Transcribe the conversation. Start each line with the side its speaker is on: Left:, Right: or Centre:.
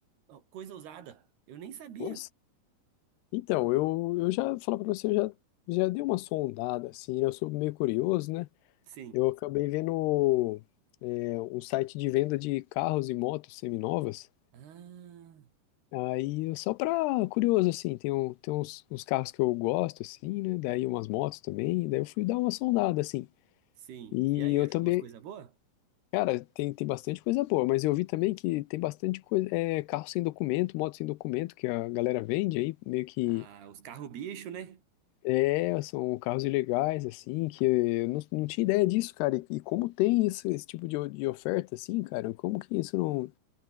Right: ó, coisa usada. Eu nem sabia.
Left: Nossa. Então, eu, eu já, falar pra você, eu já, já dei uma sondada, assim, né, eu sou meio curioso, né,
Right: Sim.
Left: Eu acabei vendo é, um site de venda de carros e motos seminovas.
Right: Ah,
Left: Aí, eu- só pra curioso, assim, tem, um, tem uns, uns carros que eu gosto, assim, né? Daí umas motos também. Daí eu fui dar uma sondada, assim.
Right: sim.
Left: E
Right: E aí,
Left: eu
Right: achou
Left: também,
Right: umas coisas boas?
Left: cara, tem, tem bastante coisa boa, mas eu vi também que tem bastante coisa, é, carro sem documento, moto sem documento que a galera vende aí, meio que
Right: Ah, os carros bicho, né?
Left: É, são carros ilegais, assim, que eu não, não tinha ideia disso, cara. E, e como tem isso, esse tipo de, o- de oferta, assim, cara? Como que isso não